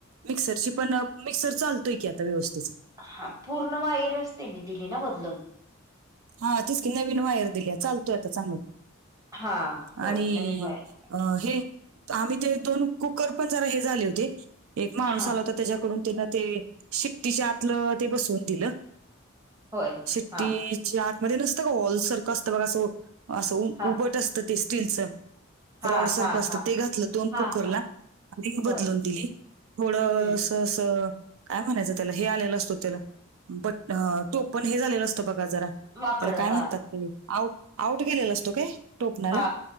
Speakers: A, on the right; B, on the right.
A: मिक्सर ची पण मिक्सर चालतोय की आता व्यवस्थित.
B: हा पूर्ण वायरच त्यांनी दिली ना बदलून.
A: हा तेच की नवीन वायर दिल्या चालतोय आता चांगला.
B: हा होय
A: आणि
B: नवीन व्हायरल
A: अ हे आम्ही ते दोन कुकर पण जरा हे झाले होते, एक माणूस
B: हा
A: आला होता त्याच्याकडून त्यानं ते शिट्टीच्या आतलं ते बसवून दिलं
B: होय
A: शिट्टीच्या
B: हा
A: आतमध्ये नसतं का वॉल सारखं असतं बघा असं असं उम
B: हा
A: उभट असतं ते स्टीलचं
B: हा
A: रॉड सारखं
B: हा
A: असतं
B: हा
A: ते घातलं दोन
B: हा
A: कुकरला
B: हा
A: रिंग बदलून
B: होय
A: दिली, थोड अ
B: हम्म
A: स तसं काय म्हणायचं त्याला हे आलेलं असतो त्याला? बट अ टोपण हे झालेल असतं बघा जरा.
B: वाकडं
A: त्याला काय
B: हा
A: म्हणतात ते? आऊट आऊट गेलेला असतो काय? टोपणांला
B: हा